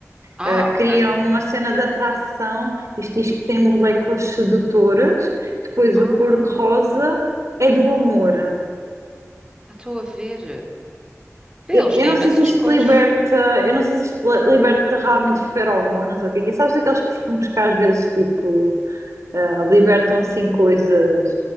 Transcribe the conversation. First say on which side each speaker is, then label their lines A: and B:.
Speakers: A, on the right; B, on the right.
A: Ah,
B: Ah,
A: ok.
B: cria uma cena de atração, isto diz que tem moléculas sedutoras. Depois
A: Ah,
B: o cor-de-rosa é do amor.
A: estou a ver. Pá,
B: Eu,
A: Eles
B: eu
A: têm
B: não
A: imensas
B: sei se isto
A: cores.
B: liberta, eu não sei se isto li- liberta realmente feromonas ou o que é que é. Sabes aqueles perfumes que às vezes tipo ah, libertam assim coisas